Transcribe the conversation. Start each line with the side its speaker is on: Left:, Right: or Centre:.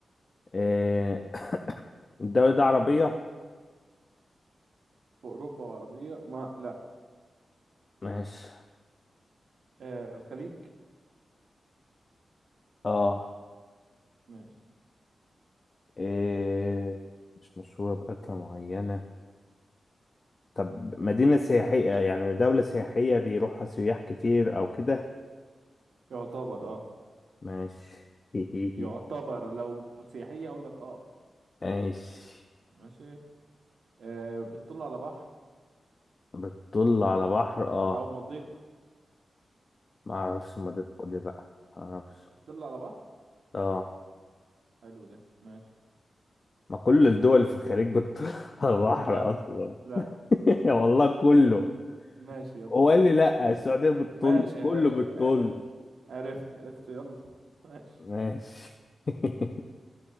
Left: إيه الدولة دي عربية
Right: في اوروبا وعربية ما لا
Left: ماشي
Right: آه الخليج
Left: اه
Right: ماشي
Left: إيه مش مشهورة بأكلة معينة طب مدينة سياحية يعني دولة سياحية بيروحها سياح كتير أو كده
Right: يعتبر اه
Left: ماشي <laughs>
Right: يعتبر لو سياحية هقول لك اه
Left: ماشي
Right: ماشي آه بتطل على بحر
Left: بتطل على بحر اه
Right: او مضيق
Left: ما اعرفش ما دي دي بقى ما اعرفش
Right: بتطل على بحر
Left: اه
Right: حلو ده ماشي
Left: ما كل الدول في الخليج بتطل <laughs> على بحر
Right: لا
Left: اصلا
Right: لا
Left: <laughs> والله كله
Right: كم ماشي يلا
Left: هو قال لي لا السعودية بتطل
Right: ماشي
Left: كله
Right: عر...
Left: بتطل
Right: ع- عرفت عرفت يلا ماشي
Left: ماشي <laughs>